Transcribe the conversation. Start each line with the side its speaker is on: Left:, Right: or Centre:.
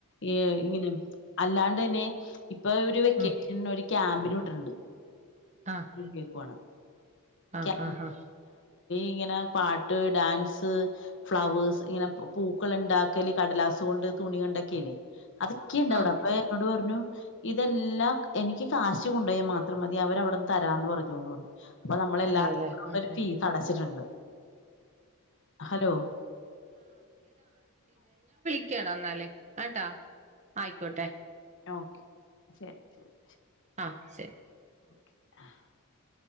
Left: ഏ ഇങ്ങനെ അല്ലാണ്ട് തന്നെ ഇപ്പൊ ഒരു വെക്കേഷൻ
Right: ഉം
Left: ക്യാമ്പിന് വിട്ടിട്ടുണ്ട്
Right: ആഹ്
Left: കേൾക്കുവാണ്
Right: ആഹ്
Left: <unintelligible>
Right: ആഹ്
Left: ഇങ്ങനെ പാട്ട് ഡാൻസ് ഫ്ലവേഴസ് ഇങ്ങനെ പൂക്കൾ ഉണ്ടാക്കല് കടലാസ് തുണി കണ്ടക്കെല്ലേ അതൊക്കെയുണ്ടവിടെ
Right: ആഹ്
Left: അപ്പൊ എന്നോട് പറഞ്ഞു ഇതെല്ലാം എനിക്ക് കാശ കൊണ്ടപോൽ മാത്രം മതി അവരവിടുന്ന് തരാന്ന് പറഞ്ഞുന്ന് പറ അപ്പൊ നമ്മളെല്ലാന
Right: അതെല്ലേ ആഹ്
Left: ഫീസ് അടച്ചിട്ടുണ്ട് ഹലോ
Right: <unintelligible> ആഏട്ടാ ആയിക്കോട്ടെ
Left: ഓക്കെ ശരി <inaudible>
Right: ആ ശരി
Left: <inaudible>